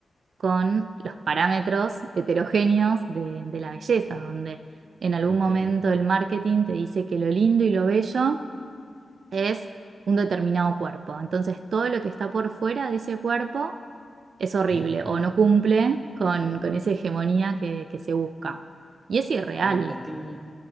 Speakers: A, on the right; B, on the right.
A: con los parámetros heterogéneos de, de la belleza, donde en algún
B: Ok.
A: momento el marketing te dice que lo lindo y lo bello es un determinado cuerpo. Entonces todo lo que está por fuera de ese cuerpo es horrible
B: Ujú.
A: o no cumple con, con esa hegemonía que, que se busca. Y es irreal.
B: Ay, ¿A, ti